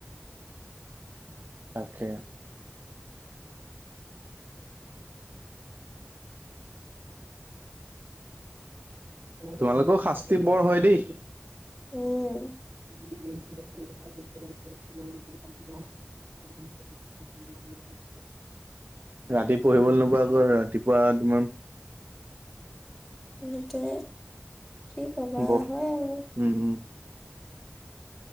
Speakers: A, on the right; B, in the centre.
A: তাকে। তোমালোকেও শাস্তি বৰ হয় দেই।
B: উম।
A: <inaudible> <inaudible> ৰাতি পঢ়িবলৈ নোকোৱা আকৌ ৰাতিপুৱা তোমাৰ
B: পুলকে কি কবা
A: বৰ
B: হয় আৰু।
A: উম উম।